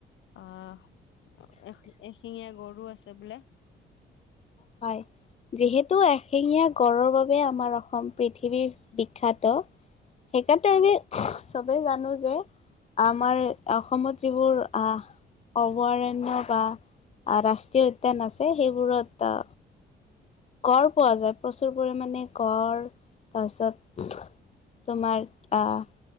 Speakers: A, on the left; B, on the left.
A: আহ এ এশিঙীয়া গড়ও আছে বোলে।
B: হয়। যিহেতু এশেঙীয়া গড়ৰ বাবে আমাৰ অসম পৃথিৱী বিখ্যাত। সেইকাৰণেটো আমি চবেই জানো যে আমাৰ অসমত যিবোৰ, আহ অভয়াৰণ্য বা ৰাষ্ট্ৰীয় উদ্যান আছে, সেইবোৰত গঁড় পোৱা যায়, প্ৰচুৰ পৰিমাণে গঁড়, তাৰপিছত তোমাৰ আহ